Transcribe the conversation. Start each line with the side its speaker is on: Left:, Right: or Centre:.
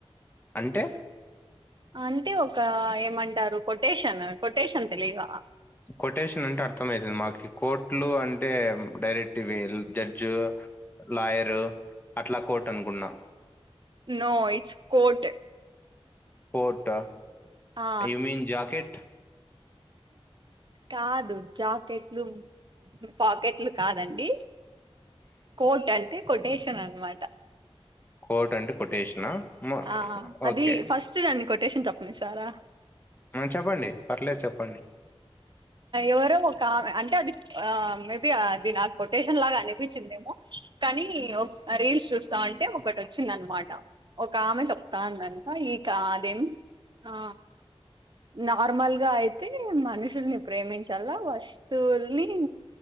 Left: అంటే
Right: అంటే ఒక ఏమంటారు కొటేషన్ కొటేషన్ తెలియగా
Left: కొటేషన్ అంటే అర్థంమయితుంది మాకు కోర్టులు అంటే డైరెక్ట్ ఇవి జడ్జు లాయరు అట్లా కోర్ట్ అనుకున్నా
Right: నో ఇట్స్ కోట్
Left: కోట్ ఆ
Right: ఆ
Left: యూమీన్ జాకెట్
Right: కాదు జాకెట్లు పాకెట్లు కాదండి కోట్ అంటే కొటేషన్ అనమాట్
Left: కోట్ అంటే కొటేషనా మ-
Right: ఆ అది
Left: ఓకే
Right: ఫస్ట్ దాన్ని కొటేషన్ తప్పని సారా
Left: ఆ, చెప్పండి పర్లేదు చెప్పండి
Right: ఎవరో ఒకామె అంటే అది ఆ మేబి అది నాకు కొటేషన్ లాగా అనిపించిందేమో కానీ రీల్స్ చూస్తాంటే ఒకటి వచ్చింది అనమాట ఒక ఆమె చెప్తాందంట ఈకా అదేం ఆ నార్మల్గా అయితే మనుషుల్ని ప్రేమించల్ల వస్తువుల్ని